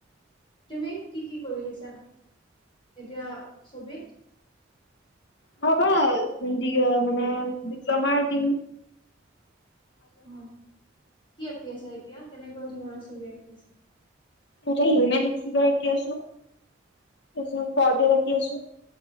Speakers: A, on the left; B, on the left.
A: তুমি কি কি কৰি আছা? এতিয়া ছবিত
B: হ'ব <inaudible> মানে বিপ্লমাৰ টিম।
A: উম, কি আঁকি আছা এতিয়া, কেনেকুৱা ধৰণৰ ছবি আঁকি আছা।
B: দুটা হিউমেনক্সিগাৰ আঁকি আছো, তাৰপিছত পৰ্ডেল আঁকি আছো।